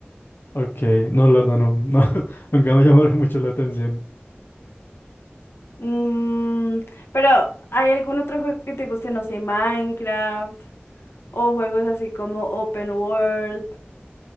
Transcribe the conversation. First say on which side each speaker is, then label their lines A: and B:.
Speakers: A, on the left; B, on the left.
A: Ok, no, la verdad, no, no, <laughs> nunca me llamaron mucho la atención.
B: Mm, pero, ¿hay algún otro juego que te guste? No sé, Minecraft o juegos así como Open World.